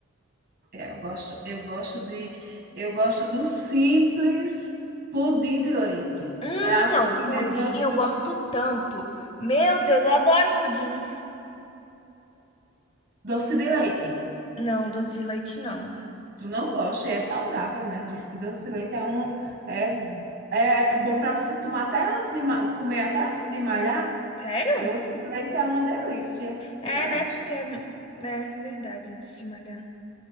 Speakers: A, on the right; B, on the left.
A: É, Eu gosto, eu gosto de, eu gosto do simples pudim de leite.
B: Hum,
A: É a
B: não,
A: sobremesa
B: pudim eu gosto tanto. Meu Deus, eu adoro pudim.
A: doce de leite.
B: Não, doce de leite não.
A: Tu não gosta e é saudável, né? Diz que doce de leite é um é, é bom para você tomar até antes de ma- comer até antes de malhar.
B: Sério?
A: Doce de leite é uma delícia,
B: É,
A: eu
B: né?
A: acho.
B: Porque é, né, é verdade, antes de malhar.